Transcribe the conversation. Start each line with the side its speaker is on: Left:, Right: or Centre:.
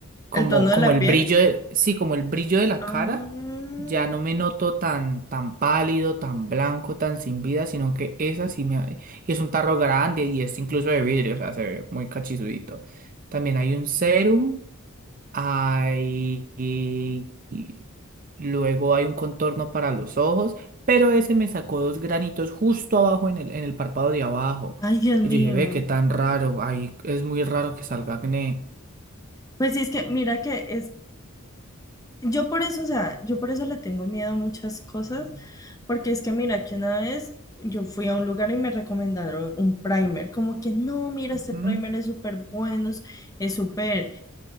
Right: como,
Left: ¿El tono
Right: como
Left: de la
Right: el
Left: piel?
Right: brillo de, sí, como el brillo de la
Left: Ah.
Right: cara. Ya no me noto tan, tan pálido, tan blanco, tan sin vida, sino que esa sí me ha- Y es un tarro grande y es incluso de vidrio, o sea, se ve muy cachizudito. También hay un serum. Hay, y- luego hay un contorno para los ojos, pero ese me sacó dos granitos justo abajo en el, en el párpado de abajo.
Left: Ay, Dios mío.
Right: Y yo dije, ve, qué tan raro, ahí es muy raro que salga acné.
Left: Pues sí, es que mira que es, yo por eso, o sea, yo por eso le tengo miedo a muchas cosas, porque es que mira que una vez yo fui a un lugar y me recomendaron un primer, como que no, mira, este
Right: ¿Mm?
Left: primer es súper bueno, es es súper